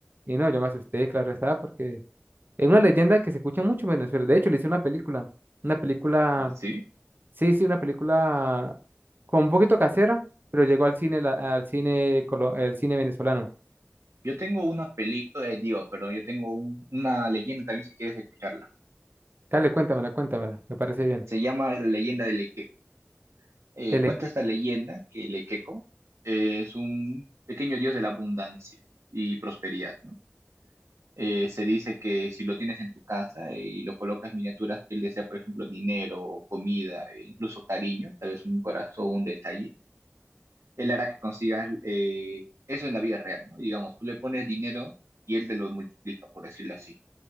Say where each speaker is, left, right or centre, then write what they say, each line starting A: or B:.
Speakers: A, on the right; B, on the right.
A: Y no, yo me asusté, claro está, porque es una leyenda que se escucha mucho en Venezuela. De hecho, le hice una película, una película
B: ¿Ah, sí?
A: Sí, sí, una película con un poquito casera, pero llegó al cine, la- al cine, colo- el cine venezolano.
B: Yo tengo una película, eh, digo, perdón, yo tengo un- una leyenda también si quieres escucharla.
A: Dale, cuéntamela, cuéntamela, me parece bien.
B: Se llama La leyenda de Lequeco. Eh,
A: el
B: cuenta
A: le-
B: esta leyenda que Lequeco eh, es un pequeño dios de la abundancia y prosperidad, ¿no? eh, se dice que si lo tienes en tu casa eh, y lo colocas miniaturas que él desea, por ejemplo, dinero, comida, e incluso cariño, tal vez un corazón, un detalle, él hará que consigas eh, eso en la vida real, ¿no? Digamos, tú le pones dinero y él te lo multiplica, por decirlo así.